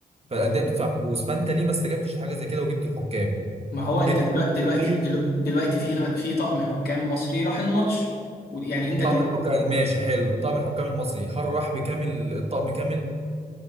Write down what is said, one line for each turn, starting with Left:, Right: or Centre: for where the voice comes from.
Right: فالانديه
Left: طب
Right: بتدفع فلوس فانت ليه ما استجبتش لحاجه زي كده وجبت الحكام
Left: ما هو انت
Right: جيت
Left: دلوقتي
Right: انت
Left: دلوقتي
Right: قلت لي
Left: دلو- دلوقتي في في طقم حكام مصري راح الماتش ويعني انت
Right: طقم
Left: دل...
Right: الحكام ماشي حلو طقم الحكام المصري هل راح بكامل الطقم كامل